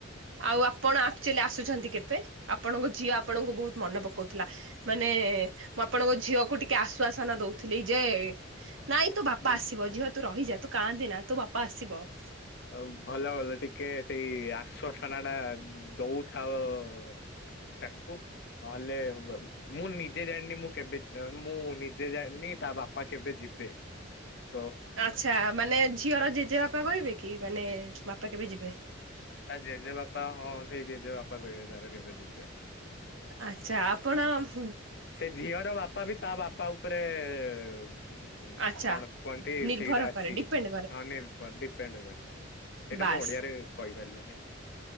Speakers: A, on the right (about 80°); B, on the left (about 55°).
A: ଆଉ ଆପଣ ଆକ୍ଚୋଲି ଆସୁଛନ୍ତି କେବେ ଆପଣଙ୍କ ଝିଅ ଆପଣଙ୍କୁ ବହୁତ ମନେ ପକଉଥିଲା ମାନେ । ମାନେ ମୁଁ ଆପଣଙ୍କ ଝିଅକୁ ଟିକେ ଆଶ୍ଵାସନା ଦଉଥିଲି ଯେ । ନାଇଁ ତୋ ବାପା
B: ହୁଁ।
A: ଆସିବ ଝିଅତୁ ରହିଯା ତୁ କାଆନ୍ଦେନା ତୋ ବାପା ଆସିବ ।
B: ଆଉ ଭଲ ଭଲ ଟିକେ ସେଇ ଆଶ୍ଵସନା ଟା ଦଉଥାଅ । ତାକୁ ନହେଲେ ଵ ମୁଁ ନିଜେ ଜାଣିନି ମୁଁ କେବେ ମୁଁ ନିଜେ ଜାଣିନି । କି ତା ବାପା କେବେ ଯିବେ ।
A: ଆଚ୍ଛା ମାନେ ଝିଅର ଜେଜେବାପା କହିବେ କି ମାନେ ବାପା କେବେ ଯିବେ ।
B: ତା ଜେଜେ ବାପା ହଁ ସେଇ ଜେଜେ ବାପା କହିବେ ତାର କେବେ ଯିବେ ।
A: ଆଛା ଆପଣ ।
B: ସେ ଝିଅର ବାପା ବି ତା ବାପା ଉପରେ ।
A: ଆଚ୍ଛା
B: ଉ କଣ କୁହନ୍ତି
A: ନିର୍ଭର
B: ସେଇଟା ଅଛି
A: କରେ ଡିପେଣ୍ଡ କରେ
B: ହ ନିର୍ଭର ଡିପେଣ୍ଡ କରେ । ସେଇଟା
A: ବାସ୍।
B: ମୁଁ ଓଡିଆରେ କହିପାରିଲିନି ଆଉ ।